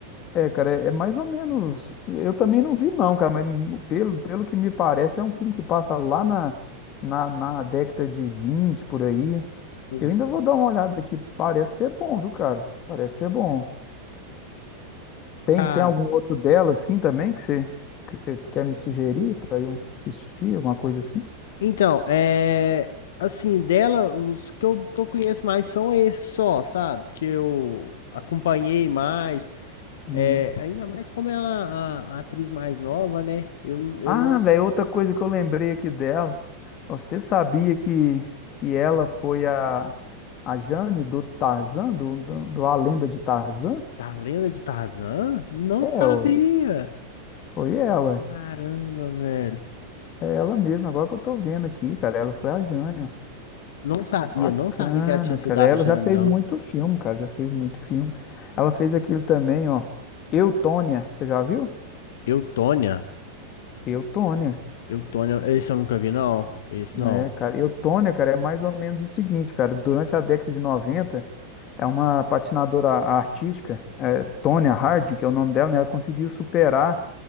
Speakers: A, on the left; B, on the left.
A: É, cara, é, é mais ou menos. Eu também não vi, não, cara, mas pelo, pelo que me parece, é um filme que passa lá na, na, na década de 20 por aí.
B: Uhum.
A: Eu ainda vou dar uma olhada aqui. Parece ser bom, viu, cara? Parece ser bom. Tem,
B: Cara,
A: tem algum outro dela, assim, também, que você, que você quer me sugerir para eu assistir, alguma coisa assim?
B: então, é. Assim, dela, os que eu, que eu conheço mais são esses só, sabe? Que eu acompanhei mais.
A: Hum.
B: É, ainda mais como ela é a, a atriz mais nova, né? Eu, eu
A: Ah,
B: não.
A: velho, outra coisa que eu lembrei aqui dela. Você sabia que, que ela foi a, a Jane do Tarzan, do, do, do A Lenda de Tarzan?
B: Da lenda de Tarzan? Não
A: É,
B: sabia.
A: ué, foi ela.
B: Caramba, velho.
A: É ela mesma, agora que eu tô vendo aqui, cara. Ela foi a Jane. ó.
B: Não sabia,
A: Bacana,
B: não sabia que ela tinha sido
A: cara.
B: a
A: Ela
B: Jane,
A: já fez
B: não.
A: muito filme, cara. Já fez muito filme. Ela fez aquilo também, ó. Eu, Tônia. Você já viu?
B: Eutônia.
A: Eu, Tônia.
B: Eutônia, esse eu nunca vi, não. Esse não.
A: É, cara, Eutônia, cara, é mais ou menos o seguinte, cara, durante a década de 90, é uma patinadora artística, é, Tonya Harding, que é o nome dela, né, ela conseguiu superar